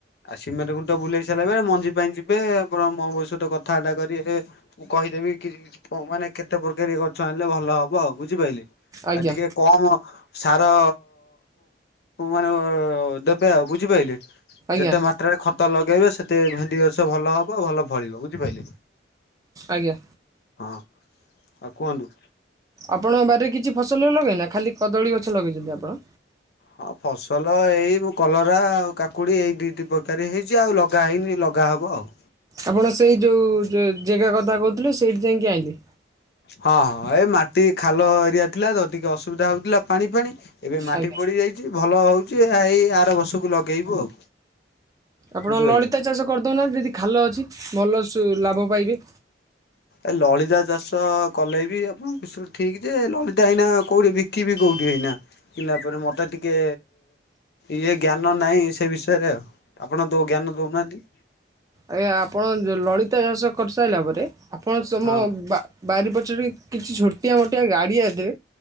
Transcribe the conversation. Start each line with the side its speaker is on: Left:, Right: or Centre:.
Left: ଆଉ ସିମେଟ ଖୁଣ୍ଟ ବୁଲେଇ ସାରିଲା ମାନେ ମଞ୍ଜି ପାଇଁ ଯିବେ, ଆପଣ ମଙ୍ଗୁ ସହିତ କଥାବାର୍ତ୍ତା କରିରେ ମୁ କହିଦେବି କିଛି କିଛି କଣ ମାନେ କେତେ ପ୍ରକାରୀ ଗଛ ଆଣିଲେ ଭଲ ହବ ଆଉ ବୁଝିପାଇଲେ,
Right: ଆଜ୍ଞା
Left: ଆ ଟିକେ କମ୍ ସାର ମାନେ ଦେବେ ଆଉ ବୁଝିପାଇଲେ?
Right: ଆଜ୍ଞା
Left: ଯେତେ ମାତ୍ରାରେ ଖତ ଲଗେଇବେ ସେତେ ଭେଣ୍ଡିଗଛ ଭଲ ହବ ଭଲ ଫଳିବ ବୁଝିପାଇଲେ।
Right: ଆଜ୍ଞା।
Left: ହଁ, ଆଉ କୁହନ୍ତୁ?
Right: ଆପଣଙ୍କ ବାରିରେ କିଛି ଫସଲ ଲଗେଇନା ଖାଲି କଦଳୀ ଗଛ ଲଗେଇଛନ୍ତି ଆପଣ?
Left: ହଁ ଫସଲ ଏଇ କଲରା ଆଉ କାକୁଡ଼ି ଏଇ ଦି ଦି ପ୍ରକାର ହେଇଛି ଆଉ ଲଗା ହେଇନି ଲଗା ହବ ଆଉ।
Right: ଆପଣ ସେଇ ଯୋଉ ଜେ ଜେଗା କଥା କହୁଥିଲେ ସେଇଠି ଯାଇଁକି ଆଇଁଲେ।
Left: ହଁ ହଁ ଏ ମାଟି ଖାଲ ଏରିଆ ଥିଲା ତ ଟିକେ ଅସୁବିଧା ହଉଥିଲା ପାଣି ଫାଣି ଏବେ ମାଟି
Right: ଆଜ୍ଞା।
Left: ପଡି ଯାଇଛି ଭଲ ହଉଛି ଏଇ ଆର ବର୍ଷକୁ ଲଗେଇବୁ ଆଉ।
Right: ଆପଣ
Left: ବୁଝିପାରିଲେ।
Right: ଲଳିତା ଚାଷ କରିଦଉନାନ୍ତି ଯଦି ଖାଲ ଅଛି ଭଲ ସୁ ଲାଭ ପାଇବେ।
Left: ଏ ଲଳିତା ଚାଷ କଲେବି ଆପଣଙ୍କ ବିଷୟ ଠିକ୍ ଯେ ଲଳିତା ଏଇନା କୋଉଠି ବିକିବି କୋଉଠି ଏଇନା? ବିକିିଲା ପରେ ମତେ ଟିକେ ଇଏ ଜ୍ଞାନ ନାହିଁ ସେ ବିଷୟରେ ଆଉ। ଆପଣ ଦୋ ଜ୍ଞାନ ଦଉନାହାନ୍ତି।
Right: ଆଜ୍ଞା ଆପଣ ଯୋଉ ଲଳିତା ଚାଷ କରିସାଇଲା ପରେ ଆପଣ ସୋମବା
Left: ହଁ
Right: ବାରି ପଛରେ କିଛି ଛୋଟିଆ ମୋଟିଆ ଗାଡ଼ିଆଥିବେ,